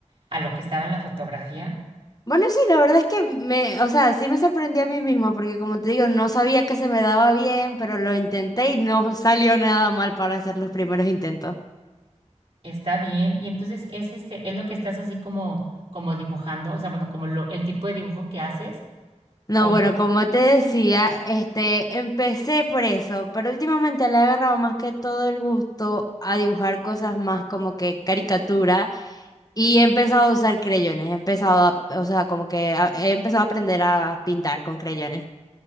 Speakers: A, on the right; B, on the left.
A: a lo que estaba en la fotografía.
B: Bueno, sí, la verdad es que me, o sea, sí me sorprendí a mí misma porque como te digo, no sabía que se me daba bien, pero lo intenté y no salió nada mal para hacer los primeros intentos.
A: Está bien. Y entonces es este, es lo que estás así como, como dibujando, o sea, bueno, como lo, el tipo de dibujo que haces.
B: No,
A: O-
B: bueno, como te decía, este, empecé por eso, pero últimamente le he agarrado más que todo el gusto a dibujar cosas más como que caricatura y he empezado a usar creyones, he empezado a, o sea, como que a- he empezado a aprender a pintar con creyones.